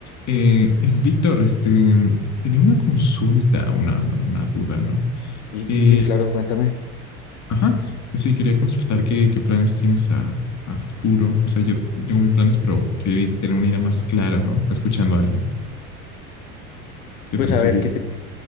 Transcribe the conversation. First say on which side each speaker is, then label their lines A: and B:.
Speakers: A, on the left; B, on the left.
A: Eh, Víctor, este, tenía una consulta, una, bueno, una duda, ¿no?
B: Sí, sí,
A: Eh,
B: sí, claro, cuéntame.
A: ajá, sí, quería consultar qué, qué planes tienes a, a futuro. O sea, yo tengo mis planes, pero quería tener una idea más clara, ¿no? Escuchando a alguien. ¿Qué
B: Pues
A: tan
B: a
A: seguro?
B: ver, ¿qué te,